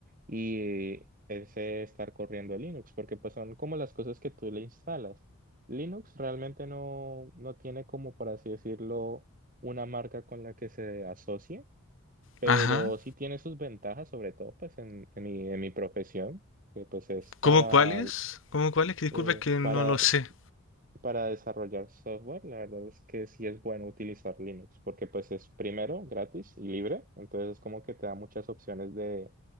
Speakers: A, on the right; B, on the left.
A: y ese estar corriendo Linux, porque pues son como las cosas que tú le instalas. Linux realmente no, no tiene como, por así decirlo, una marca con la que se asocie, pero
B: Ajá.
A: sí tiene sus ventajas, sobre todo pues en, en mi, en mi profesión, que pues es para
B: ¿Cómo cuáles? ¿Cómo cuáles? Que disculpa,
A: eh,
B: es que no
A: para
B: lo sé.
A: para desarrollar software, la verdad es que sí es bueno utilizar Linux, porque pues es primero gratis y libre, entonces es como que te da muchas opciones de,